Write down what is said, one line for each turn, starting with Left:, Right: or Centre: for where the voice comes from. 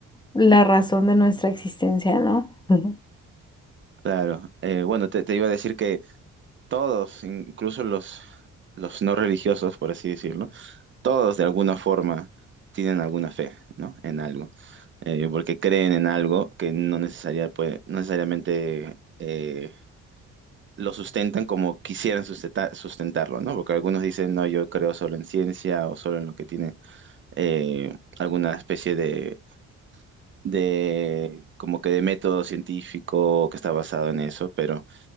Left: la razón de nuestra existencia, ¿no? Ujú.
Right: claro. Eh, bueno, te, te iba a decir que todos, incluso los, los no religiosos, por así decirlo, todos de alguna forma tienen alguna fe, ¿no? En algo, Eh, porque creen en algo que no necesaria- puede- no necesariamente eh, lo sustentan como quisieran sustenta- sustentarlo, ¿no? Porque algunos dicen, no, yo creo solo en ciencia o solo en lo que tiene eh, alguna especie de, de, como que de método científico que está basado en eso, pero...